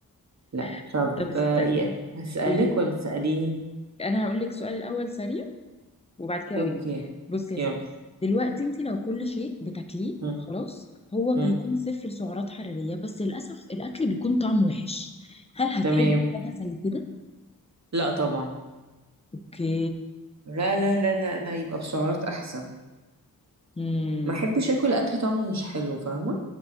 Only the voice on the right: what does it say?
لا
طب
آه، ايه هسألك
ولا تسأليني
اوكي
يلا
مم.
مم.
تمام
لا طبعا
لا لا لا لا لا يبقى بسعرات احسن
ما احبش اكل اكل طعمه مش حلو فاهمه